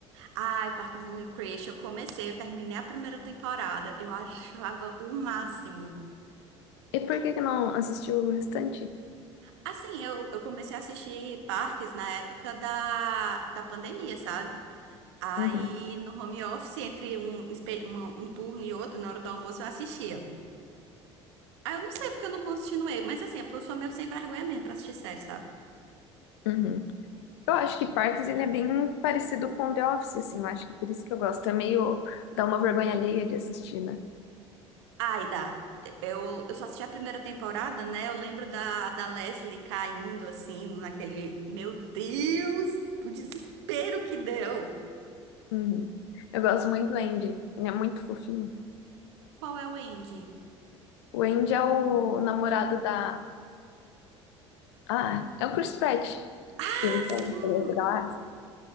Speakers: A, on the right; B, on the left.
A: Ai, Parks and Recreation, eu comecei, eu terminei a primeira temporada, eu achava o máximo.
B: E por que que não assistiu o restante?
A: Assim, eu, eu comecei a assistir Parks na época da, da pandemia, sabe? Aí,
B: Uhum,
A: no home office, entre um, espe- uma- um turno e outro, na hora do almoço, eu assistia. Aí, eu não sei porque eu não continuei, mas assim, é porque eu sou meio sem vergonha mesmo pra assistir série, sabe?
B: uhum. Eu acho que Parks ele é bem parecido com The Office, assim, eu acho que por isso que eu gosto. É meio dá uma vergonha alheia de assistir, né?
A: Ai, dá. Eu, eu só assisti a primeira temporada, né? Eu lembro da, da Leslie caindo, assim, naquele... Meu Deus! O desespero que deu!
B: Uhum. Eu gosto muito do Andy. Ele é muito fofinho.
A: Qual é o Andy?
B: O Andy é o namorado da. Ah, é o Chris Pratt.
A: Ah,
B: Que ele falou
A: sim!
B: da Galáxia.